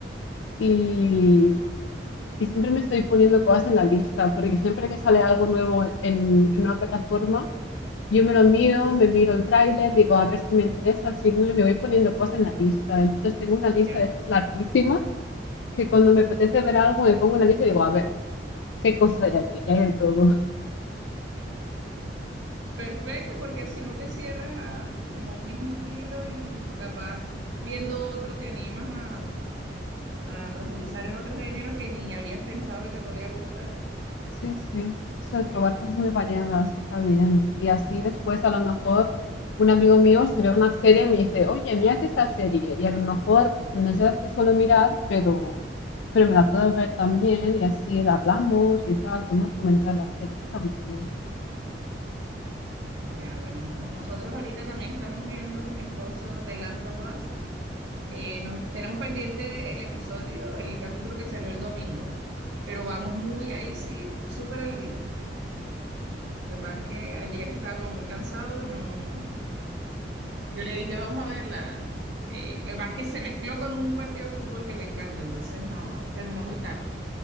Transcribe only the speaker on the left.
y, y siempre me estoy poniendo cosas en la lista, porque siempre que sale algo nuevo en, en una plataforma, yo me lo miro, me miro el tráiler, digo, a ver si me interesa, si no, me voy poniendo cosas en la lista. Entonces, tengo una lista
de estas larguísimas que cuando me apetece ver algo, me pongo en la lista y digo, a ver, ¿qué cosas hay aquí? Y hay de todo.
Sí, sí. Eso de probar cosas muy variadas está bien. Y así después a lo mejor un amigo mío se ve una serie y me dice, oye, mírate esta serie. Y a lo mejor no es de las que suelo mirar, pero, pero me la puedo ver también y así la hablamos y tal, podemos comentar la serie. Eso está muy bien.